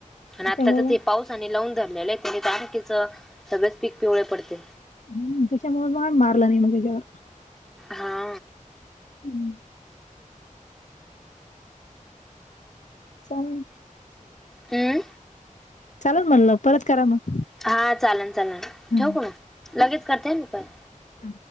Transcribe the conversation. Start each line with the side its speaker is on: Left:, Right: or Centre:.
Left: त्याच्यामुळे
Centre: आता ते
Left: मग
Centre: पाऊस लावून धरलेलंय त्यानी त आखीच सगळेच पीक पिवळे पडते.
Left: ह त्याच्यामुळे मग आम्ही मारलं नाही म त्याच्यावर.
Centre: हा.
Left: हम्म. चालल.
Centre: हम्म
Left: चालल म्हणलं. परत करा मग.
Centre: हा चालन चालन.
Left: हम्म.
Centre: ठेवू का म? लगेच करते ह मी पण.
Left: हम्म.